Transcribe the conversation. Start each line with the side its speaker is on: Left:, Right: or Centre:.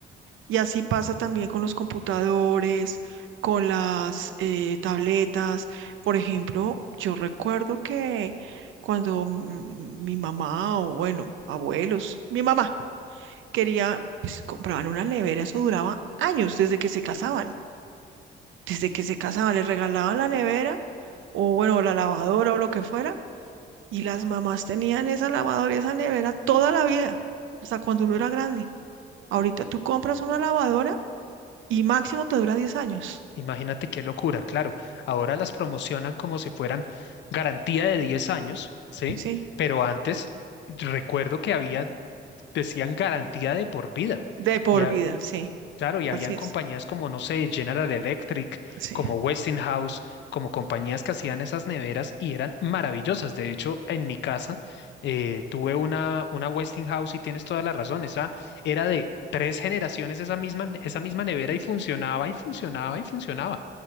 Right: Y así pasa también con los computadores, con las eh, tabletas. Por ejemplo, yo recuerdo que cuando mm, mi mamá o, bueno, abuelos, mi mamá quería, pues compraban una nevera, eso duraba años desde que se casaban. Desde que se casaban, les regalaban la nevera o, bueno, la lavadora o lo que fuera. Y las mamás tenían esa lavadora y esa nevera toda la vida, hasta cuando uno era grande. Ahorita tú compras una lavadora y máximo te dura 10 años,
Left: Imagínate qué locura, claro. Ahora las promocionan como si fueran garantía de 10 años, ¿sí?
Right: ¿sí?
Left: Pero antes recuerdo que había, decían garantía de por vida.
Right: De por
Left: Y ha-
Right: vida, sí,
Left: claro, y habían
Right: así es,
Left: compañías como, no sé, General Electric,
Right: sí.
Left: como Westinghouse, como compañías que hacían esas neveras y eran maravillosas. De hecho, en mi casa eh, tuve una, una Westinghouse y tienes toda la razón. Esa era de tres generaciones, esa misma, esa misma nevera y funcionaba y funcionaba y funcionaba.